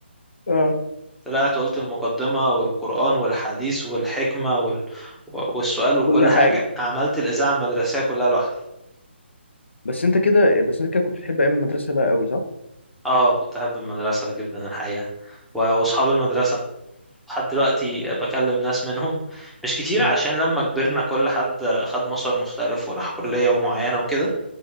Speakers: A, on the left; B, in the centre.
A: اه
B: طلعت قلت المقدمة والقرآن والحديث والحكمة وال... والسؤال وكل
A: كل حاجه
B: حاجة عملت الإذاعة المدرسية كلها لوحدي
A: بس انت كده بس انت كده كنت بتحب ايام المدرسه بقى قوي صح
B: اه كنت أحب المدرسة جدا الحقيقة و- وأصحاب المدرسة لحد دلوقتي بكلم ناس منهم مش كتير
A: امم
B: عشان لما كبرنا كل حد خد مسار مختلف وراح كلية معينة وكده